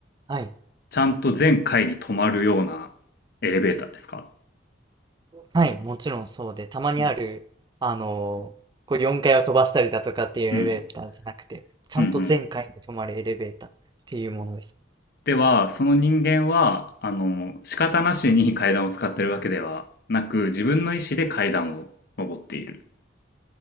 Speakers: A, on the right; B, on the left.
A: はい。
B: ちゃんと全階に止まるようなエレベーターですか
A: はい、もちろんそうで、たまにある、
B: うん。
A: あのーこう4階を飛ばしたりだとかっていうエレベーターじゃなくて、
B: うん。
A: ちゃんと全階に止まるエレベーターっていうものです。
B: うんうんでは、その人間は、あの、仕方なしに階段を使ってるわけではなく、自分の意思で階段を登っている。